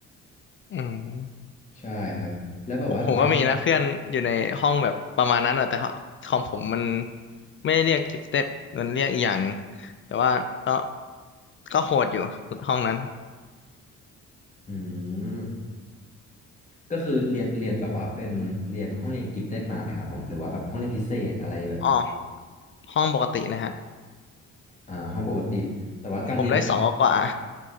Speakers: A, on the left; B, on the left.
A: อืม
B: ใช่ครับแล้วแบบว่าตอน
A: ผมผมก็มีนะเพื่อนอยู่ในห้องแบบประมาณนั้นอะแต่คอมผมมันไม่ได้เรียกกิฟเต็ดมันเรียกอีกอย่างหนึ่งแต่ว่าก็ก็โหดอยู่ห้องนั้น
B: อืมก็คือเรียนเรียนแบบว่าเป็นเรียนห้องเรียนกิฟเต็ดมาไหมครับผมหรือว่าแบบห้องเรียนพิเศษอะไรแบบ
A: อ๋อห้องปกติเลยฮะ
B: อ่าห้องปกติแต่ว่าการเรียน
A: ผมได้สองกว่า